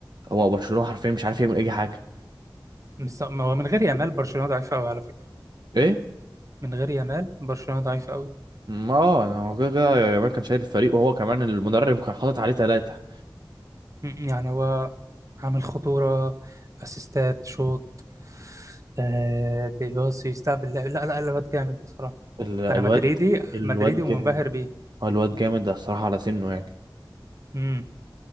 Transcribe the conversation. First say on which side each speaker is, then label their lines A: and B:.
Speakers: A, on the right; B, on the right.
A: هو برشلونة حرفيا مش عارف يعمل اي حاجة
B: بالظبط ما هو من غير يامال برشلونة ضعيفة قوي على فكرة
A: ايه
B: من غير يامال برشلونة ضعيفة قوي
A: ما اه يعني هو كده كده يامال كان شايل الفريق وهو كمان المدرب كان حاطط عليه ثلاثة
B: م- يعني هو عامل خطورة اسيستات شوط آه بيباصي يستقبل لعب لا لا لعبات جامد بصراحة
A: الواد
B: انا مدريدي
A: الواد
B: مدريدي ومنبهر
A: جامد
B: بيه
A: الواد جامد الصراحة على سنه يعني
B: امم